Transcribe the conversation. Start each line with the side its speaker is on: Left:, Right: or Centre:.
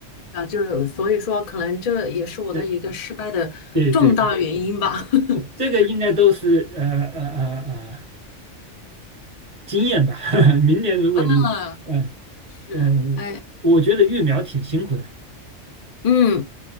Left: 啊，就是所以说，可能这也是我的一个失败的重大原因吧。
Right: 对对对
Left: <laughs>
Right: <laughs> 这个应该都是呃呃呃呃经验吧。<laughs> 明年如果你，
Left: 嗯，
Right: 嗯、
Left: 是，
Right: 呃嗯、
Left: 哎，
Right: 呃我觉得育苗挺辛苦的
Left: 嗯，